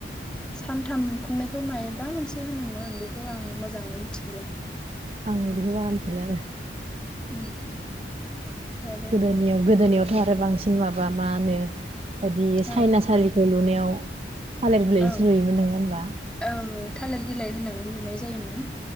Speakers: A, in the centre; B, on the right.
A: सानथाम खुंनायखौ मायबा मोनसे होनोमोन बेखौ आं मोजाङै मिथिलिया।
B: आं बिदिखौ बारा मिथिया। बि आरो।
A: उम। आरो
B: गोदोनियाव गोदोनियाव। थ' आरो बांसिन माबा मा होनो। बायदि
A: औ
B: सायनासालिखौ लुनायाव। औ थालिर बिलायसो
A: औ
B: नुयोमोन नङा होनबा।
A: औ थालिर बिलाइ होनानै लुनाय जायोमोन।